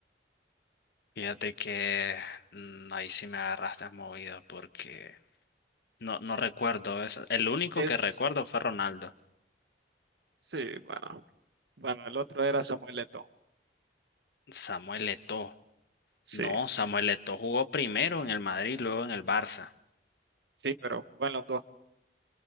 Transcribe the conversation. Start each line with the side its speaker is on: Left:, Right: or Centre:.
Left: Fíjate que mm, ahí sí me agarraste movido porque no, no recuerdo eso. El único
Right: Es,
Left: que recuerdo fue Ronaldo.
Right: sí, bueno, bueno, el otro era Samuel Eto'o.
Left: Samuel Eto'o
Right: Sí,
Left: No, Samuel Eto'o jugó primero en el Madrid, luego en el Barça.
Right: sí, pero jugó en los dos.